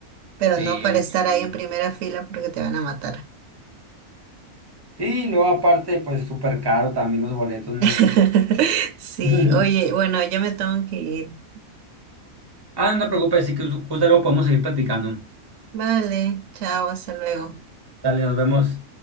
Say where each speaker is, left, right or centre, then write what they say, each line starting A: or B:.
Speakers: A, on the right; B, on the right.
A: Pero
B: Sí,
A: no para
B: me imagino.
A: estar ahí en primera fila porque te van a matar.
B: Sí, y luego aparte, pues súper caro también los boletos, ¿no?
A: <laughs> Sí,
B: <laughs>
A: oye, bueno, yo me tengo que ir.
B: Ah, no te preocupes, sí que ju- justo luego podemos seguir platicando.
A: Vale, chao, hasta luego.
B: Dale, nos vemos.